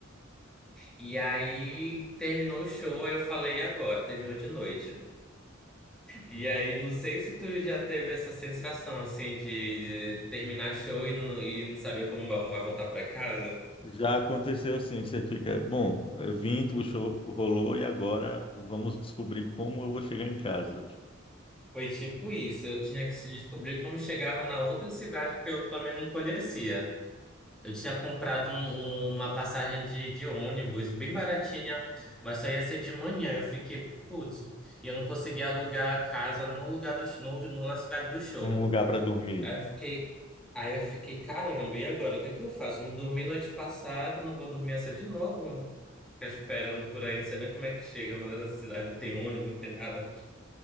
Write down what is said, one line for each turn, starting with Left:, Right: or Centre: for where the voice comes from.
Centre: E aí terminou o show, aí eu falei, e agora? Terminou de noite. E aí, não sei se tu já teve essa sensação, assim, de, de terminar show e não, e não saber como vai vai voltar pra casa.
Left: Já aconteceu sim você fica, bom, eu vim, o show rolou e agora vamos descobrir como eu vou chegar em casa,
Centre: Foi tipo isso, eu tinha que se descobrir como chegava na outra cidade que eu também não conhecia. Eu tinha comprado um- um, uma passagem de, de ônibus, bem baratinha, mas só ia ser de manhã. Eu fiquei, putz, e eu não consegui alugar a casa no lugar do, sh- no, no- na cidade do show.
Left: num lugar para dormir.
Centre: Aí eu fiquei, aí eu fiquei, caramba, e agora? O que é que eu faço? Não dormi noite passada, não vou dormir essa de novo. não. Ficar esperando por aí, não sei nem como é que chega nessa cidade, não tem ônibus, não tem nada.